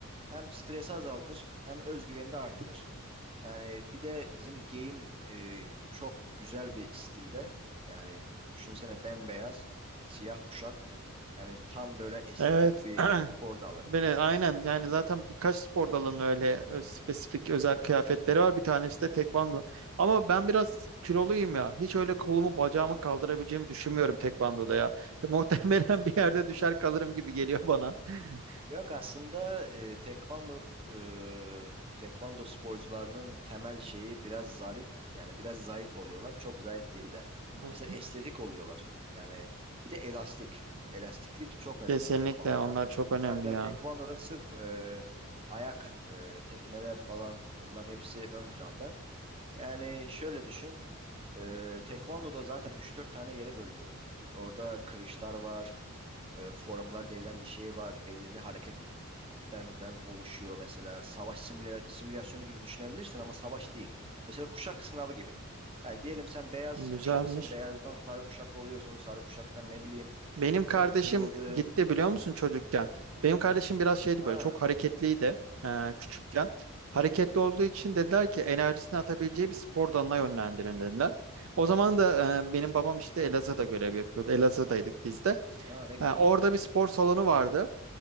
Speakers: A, on the right (about 25°); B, on the right (about 65°).
A: hem stresi azaldır hem özgüveni de artırır. Yani bir de bizim game e, çok güzel bir stilde. Yani düşünsene bembeyaz, siyah kuşak. Yani tam böyle estetik
B: Evet.
A: bir
B: <clears throat>
A: spor dalı.
B: Böyle aynen yani zaten birkaç spor dalının öyle ö- spesifik özel kıyafetleri var. Bir tanesi de tekvando. Ama ben biraz kiloluyum ya. Hiç öyle kolumu bacağımı kaldırabileceğimi düşünmüyorum tekvandoda ya. <laughs> muhtemelen bir yerde düşer kalırım gibi geliyor bana. <laughs>
A: Yok aslında e, tekvando e, tekvando sporcularının temel şeyi biraz zarif yani biraz zayıf oluyorlar. Çok zayıf değil de
B: Hı.
A: mesela estetik oluyorlar. Yani bir de elastik. Elastiklik çok önemli
B: Kesinlikle
A: tekvandoda.
B: onlar çok önemli
A: Zaten
B: ya.
A: tekvandoda sırf e, ayak e, tekmeler falan bunlar hepsi ön planda. Yani şöyle düşün. E, tekvandoda zaten üç dört tane yere bölünüyor. Orada kırışlar var e, forumlar denilen bir şey var. Belirli hareketlerden oluşuyor. Mesela savaş simüla- simülasyonu gibi düşünebilirsin ama savaş değil. Mesela kuşak sınavı gibi. Ha, diyelim sen beyaz
B: Güzelmiş.
A: kuşaksın. Beyazdan sarı kuşak oluyorsun. Sarı kuşaktan ne bileyim
B: Benim kardeşim
A: e, kırmızı.
B: gitti biliyor musun çocukken? Benim kardeşim biraz şeydi
A: Ha,
B: böyle çok hareketliydi e, küçükken. Hareketli olduğu için dediler ki enerjisini atabileceği bir spor dalına yönlendirin dediler. O zaman da e, benim babam işte Elazığ'da görev yapıyordu. Elazığ'daydık biz de.
A: ya ne güzel.
B: E, orada bir spor salonu vardı.